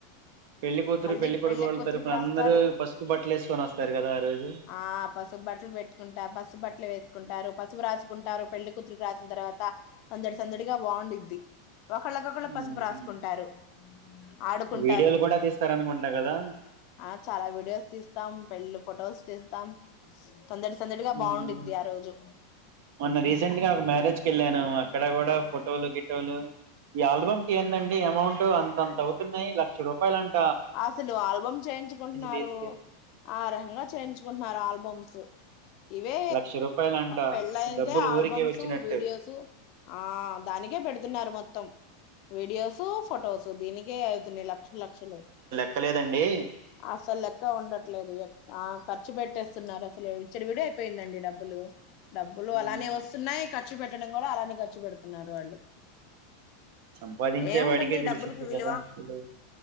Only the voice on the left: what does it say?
హల్దీ
కూతురికి
రాస్తారు
ఆ పసుపు బట్టలు పెట్టుకుంటారు పసుపు బట్టలు వేసుకుంటారు పసుపు రాసుకుంటారు పెళ్లి కూతురుకి రాసిన తర్వాత సందడి సందడిగా బాగుండిద్డి ఒకళ్ళ
పసుపు రాసుకుంటారు ఆడుకుంటారు.
ఆ చాలా వీడియోస్ తీస్తాం పెళ్ళు ఫోటోస్ తీస్తాం సందడి సందడిగా
బాగుండిద్ది ఆ రోజు
అసలు ఆల్బమ్ చేయించుకుంటున్నారు
ఆ రకంగా చేయించుకుంటున్నారు ఆల్బమ్స్ ఇవే
పెళ్ళయితే
ఆల్బమ్స్,
వీడియోస్ ఆ దానికే పెడుతున్నారు మొత్తం వీడియోస్, ఫొటోస్ సో దీనికే అవుతున్నయ్ లక్షల్ లక్షలు.
అసలు లెక్క ఉండట్లేదు ఖర్చు పెట్టేస్తున్నారు అసలు ఇచ్చడి విడి అయిపోయిందండి డబ్బులు డబ్బులు
అలానే వస్తున్నాయి ఖర్చు పెట్టడం కూడా అలానే ఖర్చు పెడుతున్నారు వాళ్ళు
ఏముంటుంది
డబ్బులకి విలువ